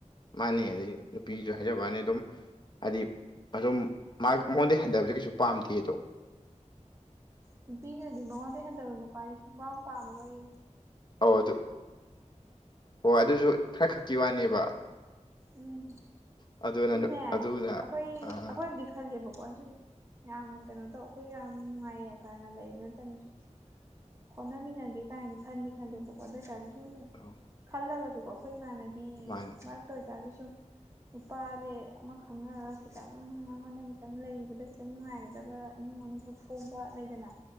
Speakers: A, on the left (about 35°); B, on the right (about 20°).
A: ꯃꯥꯅ ꯑꯗꯒꯤ ꯅꯨꯄꯤꯁꯨ ꯍꯥꯏꯖꯕꯩ ꯋꯥꯅꯦ ꯑꯗꯨꯝ ꯍꯥꯏꯗꯤ ꯑꯗꯨꯝ ꯃꯉꯣꯟꯗ ꯍꯟꯊꯕꯗꯤ ꯀꯩꯁꯨ ꯄꯥꯝꯗꯦ ꯑꯗꯣ
B: ꯅꯨꯄꯤꯅꯗꯤ ꯃꯉꯣꯟꯗꯒꯤ ꯍꯟꯊꯕ ꯅꯨꯄꯥꯁ ꯁꯨꯡꯄꯥꯝ ꯄꯥꯝ ꯄꯦꯝꯂꯣꯏꯌꯦ
A: ꯑꯧ ꯑꯗꯨ ꯑꯣ ꯑꯗꯨꯁꯨ ꯈꯔ ꯈꯛꯀꯤ ꯋꯥꯅꯦꯕ
B: ꯎꯝ
A: ꯑꯗꯨꯅ
B: ꯁꯨꯝꯅꯦ ꯑꯩꯈꯣꯏ
A: ꯑꯗꯨꯅ ꯑꯥ
B: ꯑꯩꯈꯣꯏꯕꯨꯗꯤ ꯈꯜꯂꯦꯕꯣ ꯍꯣꯏ ꯁꯨꯝ ꯌꯥꯝ ꯀꯩꯅꯣ ꯇꯧ ꯑꯩꯈꯣꯏꯁꯨ ꯌꯥꯝ ꯅꯨꯡꯉꯥꯏ ꯌꯥꯏꯐꯅ ꯂꯩꯕ ꯅꯠꯇꯕꯅꯤꯅ ꯍꯣꯠꯅꯃꯤꯟꯅꯒꯦ ꯀꯥꯏꯅꯤ ꯈꯟꯗꯤ ꯈꯜꯂꯤꯦꯕꯀꯣ ꯑꯗꯨ ꯇꯥꯔꯁꯨ ꯁꯨꯝ
A: ꯑꯧ
B: ꯈꯜꯂꯒꯁꯨꯀꯣ ꯑꯩꯈꯣꯏ ꯏꯃꯥꯟꯅꯕꯤ
A: ꯃꯥꯅꯤ
B: ꯃꯔꯛꯇ ꯑꯣꯏꯇꯥꯔꯁꯨ ꯁꯨꯝ ꯅꯨꯄꯥꯁꯦ ꯑꯃ ꯈꯪꯅꯔꯒ ꯈꯤꯇꯪ ꯃꯉꯣꯟꯗ ꯈꯤꯇꯪ ꯂꯩꯕꯗ ꯈꯤꯇꯪ ꯅꯨꯡꯉꯥꯏꯒꯗꯕ ꯏꯃꯨꯡ ꯃꯅꯨꯡ ꯈ ꯀꯣꯝꯕ ꯂꯩꯗꯅ